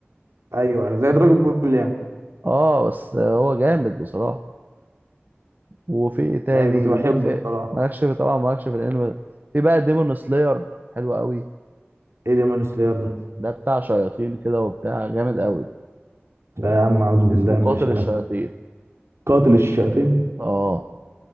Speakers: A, on the right; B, on the right.
A: ايوه أيوه، زي دراجون بول يعني
B: اه بس هو جامد بصراحه وفي إيه تاني
A: ايوه كنت بحبه
B: ليك في
A: بصراحه
B: مالكش في طبعا مالكش في الانمي في بقى ديمون سلاير حلو قوي
A: ايه ديمون سلاير ده
B: ده بتاع شياطين كده وبتاع جامد قوي
A: لا يا عم اعوذ بالله
B: اسمه قاتل
A: معلش انا
B: الشياطين
A: في قاتل الشياطين
B: اه